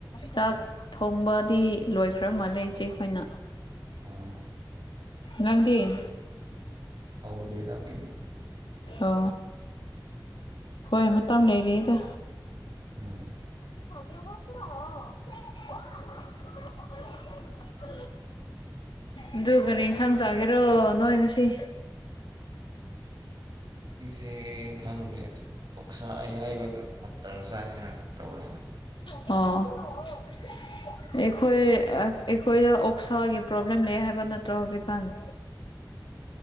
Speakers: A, on the left; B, on the right.
A: ꯆꯥꯛ ꯊꯣꯡꯕꯗꯤ ꯂꯣꯏꯈ꯭ꯔ ꯃꯥꯜꯂꯦ ꯏꯆꯦ ꯑꯩꯈꯣꯏꯅ
B: ꯑꯥ
A: ꯉꯪꯗꯤꯤꯟ
B: ꯍꯧꯗ꯭ꯔꯦꯗ ꯑꯩꯈꯣꯏꯒꯤ
A: ꯑ ꯍꯣꯏ ꯃ ꯊꯝ ꯂꯩꯔꯤꯗ
B: ꯎꯝ
A: ꯊꯒ꯭ꯔꯕꯄ꯭ꯔ
B: <inaudible>
A: ꯑꯗꯨ ꯀꯔꯤ ꯏꯟꯁꯥꯡ ꯆꯥꯒꯦꯔꯣ ꯅꯣꯏꯅ ꯁꯤ
B: ꯁꯤ ꯈꯪꯗꯦ ꯑꯣꯛꯁꯥ ꯑꯌꯥꯏꯕꯒ ꯃꯇꯔ ꯆꯥꯏꯁꯤꯅ ꯇꯧꯋꯦ
A: ꯑꯣ <inaudible> ꯑꯩꯈꯣꯏ ꯑꯩꯈꯣꯏꯗ ꯑꯣꯛꯁꯥꯒꯤ ꯄ꯭ꯔꯣꯕ꯭ꯂꯦꯝ ꯂꯩ ꯍꯥꯏꯕ ꯅꯠꯇ꯭ꯔꯣ ꯍꯧꯖꯤꯛꯀꯥꯟ
B: <inaudible>